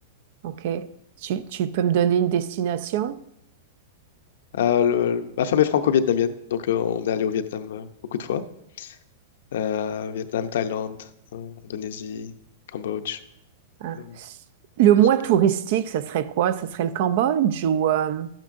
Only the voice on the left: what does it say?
Euh, le- ma femme est franco-vietnamienne, donc euh, on est allé au Vietnam euh, beaucoup de fois. Euh, Vietnam, Thaïlande, euh, Indonésie, Cambodge,
euh,
ça-